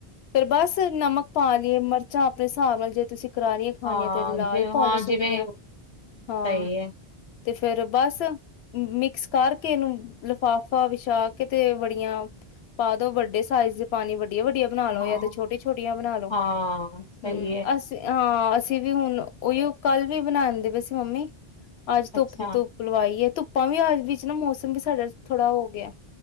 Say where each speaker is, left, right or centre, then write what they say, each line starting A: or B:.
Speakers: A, on the left; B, on the left.
A: ਫਰ ਬਸ ਨਮਕ ਪਾ ਲਈਏ ਮਿਰਚਾਂ ਆਪਣੇ ਹਿਸਾਬ ਨਾਲ ਜੇ ਤੁਸੀਂ। ਕਰਾਰੀਆਂ ਖਾਣੀਆਂ
B: ਹਾਂ
A: ਤੇ ਲਾਲ।
B: ਜ
A: ਪਾ
B: ਹਾਂ
A: ਲੋ ਸੁੱਕੀਆਂ
B: ਜਿਵੇਂ
A: ਹਾਂ।
B: ਸਹੀ ਹੈ
A: ਤੇ ਫੇਰ ਬਸ ਮਿਕਸ ਕਰਕੇ ਇਹਨੂੰ ਲਿਫ਼ਾਫਾ ਵਿਛਾ ਕੇ ਤੇ ਬੜੀਆਂ ਪਾ ਦੋ ਵੱਡੇ ਸਾਈਜ਼ ਦੇ ਪਾਣੀ‌ ਵ ਵੱਡਿਆ- ਵੱਡਿਆ ਬਣਾ ਲੋ
B: ਹਾਂ
A: ਜਾਂ ਤੇ ਛੋਟੀ-ਛੋਟੀਆਂ ਬਣਾ ਲੋ
B: ਹਾਂ ਸਹੀ
A: ਹੂੰ
B: ਹੈ
A: ਅਸੀਂ। ਹਾਂ ਅਸੀਂ ਵੀ ਹੁਣ। ਉ ਈ ਓ ਕੱਲ ਦੇ ਹੀ ਬਣਾਦੇ ਪਏ ਸੀ ਮੰਮੀ। ਅੱਜ ਧੁੱਪ-ਧੁੱਪ
B: ਅੱਛਾ
A: ਲਵਾਈ ਹੈ ਧੁੱਪ। ਆਪਾਂ ਵੀ ਆਜ ਵਿੱਚ ਨਾ ਮੌਸਮ ਵੀ ਸਾਡਾ ਥੋੜ੍ਹਾ ਹੋ ਗਿਆ।